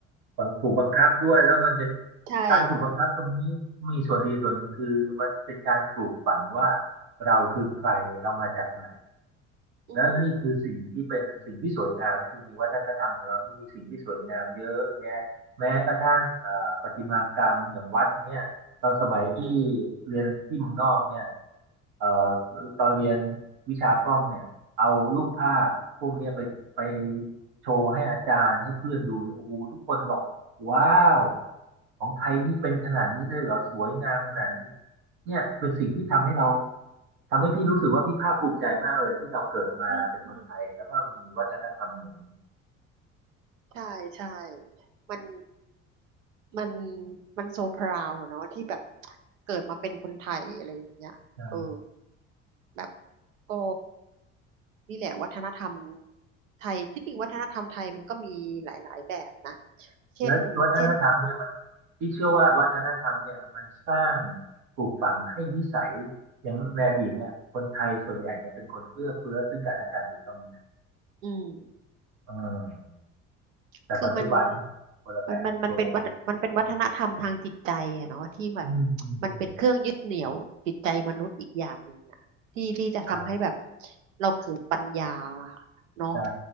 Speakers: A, on the right; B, on the right.
A: บังถูกบังคับด้วย แล้วมันเป็น
B: ใช่
A: การถูกบังคับตรงนี้ มีส่วนดีส่วนหนึ่งคือมันเป็นการปลูกฝังว่าเราคือใครเรามาจากไหน
B: อืม
A: แล้วนี่คือสิ่งที่เป็นสิ่งที่สวยงามนะจริงๆวัฒนธรรมของเรานี่มีสิ่งที่สวยงามเยอะแยะแม้กระทั่งเอ่อประติมากรรมอย่างวัดเนี่ยตอนสมัยพี่
B: อืม
A: เรียนที่เมืองนอกเนี่ยเอ่อตอนเรียนวิชากล้องเนี่ยเอารูปภาพพวกเนี้ยไปไปโชว์ให้อาจารย์ให้เพื่อนดูเนี่ยโอ้โหทุกคนบอกว้าวของไทยนี่เป็นขนาดนี้เลยเหรอสวยงามขนาดนี้เนี่ยเป็นสิ่งที่ทำให้เรา ทำให้พี่รู้สึกว่าพี่ภาคภูมิใจมากเลยที่เราเกิดมาเป็นคนไทยแล้วก็มีวัฒนธรรมอย่างนี้
B: อืมอืมใช่ใช่มันมันมันโซพราวอะเนาะที่แบบเกิดมาเป็นคนไทยอะไรอย่างเงี้ยเออ
A: ใช่
B: แบบก็นี่แหละวัฒนธรรมไทยที่จริงวัฒนธรรมไทยมันก็มีหลายๆแบบนะเช่นเช่น
A: แล้ววัฒนธรรมเนี่ยมันพี่เชื่อว่าวัฒนธรรมเนี่ยมันสร้างปลูกฝังให้นิสัยอย่างในอดีตเนี่ยคนไทยส่วนใหญ่เนี่ยเป็นคนเอื้อเฟื้อซึ่งกันและกันถูกต้องไหม
B: อืม
A: เออแต่ปัจจุบัน
B: คือมัน
A: คนละแบบตัวกัน
B: มันมันมันเป็นวัฒมันเป็นวัฒนธรรมทางจิตใจอะเนาะที่แบบ
A: อืมอืมอืม
B: มันเป็นเครื่องยึดเหนี่ยวจิตใจมนุษย์อีกอย่างหนึ่งอะที่ที่จะทำให้แบบ
A: ใช่
B: เราเกิดปัญญาเนาะ
A: ใช่